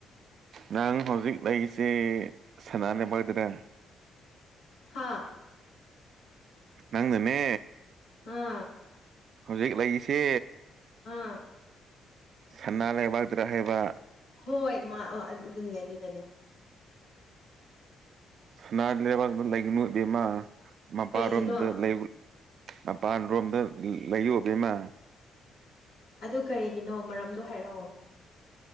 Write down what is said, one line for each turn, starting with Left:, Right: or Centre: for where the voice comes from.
Right: ꯅꯪ ꯍꯧꯖꯤꯛ ꯂꯩꯔꯤꯁꯦ ꯁꯅꯥ ꯂꯩꯕꯛꯗꯔꯥ
Left: ꯍꯥꯥ
Right: ꯅꯪꯅꯅꯦ
Left: ꯑꯥ
Right: ꯍꯧꯖꯤꯛ ꯂꯩꯌꯤꯁꯦ
Left: ꯑꯥ
Right: ꯁꯅꯥ ꯂꯩꯕꯥꯛꯇ꯭ꯔꯥ ꯍꯥꯏꯕ
Left: ꯍꯣꯏ ꯃꯥ ꯑꯎ ꯑꯟ ꯑꯗꯨꯗꯨꯅꯦ ꯑꯗꯨꯗꯨꯅꯦ
Right: ꯁꯨꯅꯥꯗꯤ ꯂꯩꯕꯥꯛꯗ ꯂꯩꯒꯅꯨ ꯏꯕꯦꯝꯃꯥ ꯃꯄꯥꯔꯣꯝꯗ
Left: ꯀꯩꯒꯤꯅꯣ
Right: ꯂꯩꯌꯨ <unintelligible> ꯃꯄꯥꯟ ꯔꯣꯝꯗ ꯂꯩꯌꯣꯕ ꯑꯕꯦꯝꯃ
Left: ꯑꯗꯨ ꯀꯔꯤꯒꯤꯅꯣ ꯃꯔꯝꯗꯣ ꯍꯥꯏꯔꯛꯑꯣ